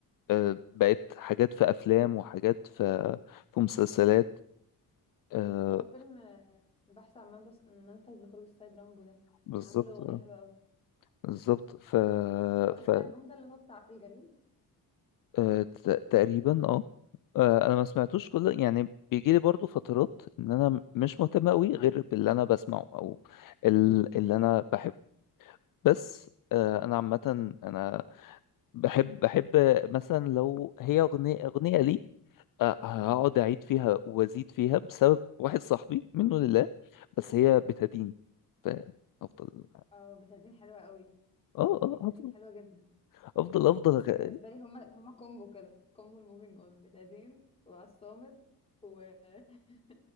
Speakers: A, on the left; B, on the left.
A: آه بقت حاجات في أفلام وحاجات في في مسلسلات آه
B: هو فيلم آه، البحث عن منبس- منفذ لخروج السيد رامبو ده
A: بالظبط
B: كان عامل له اغنيه
A: آه،
B: حلوه قوي
A: بالظبط ف
B: هو اخر
A: ف
B: البوم ده اللي هو بتاع في الجليد
A: آه، ت- تقريبا اه آه، انا ما سمعتوش كله يعني بيجي لي برضو فترات ان انا مش مهتم قوي غير باللي انا بسمعه او ال- اللي انا بحبه بس آه، انا عامه انا بحب بحب مثلا لو هي اغنيه اغنيه لي آه، هقعد اعيد فيها وازيد فيها بسبب واحد صاحبي منه لله بس هي بتدين فافضل
B: اه بتادين حلوه قوي
A: اه اه
B: بتادين
A: افضل
B: حلوه جدا
A: افضل افضل
B: بص
A: أغ-
B: بالنسبه لي هما هما كومبو كده كومبو الموفينج اون بتادين وعصامت و <laughs>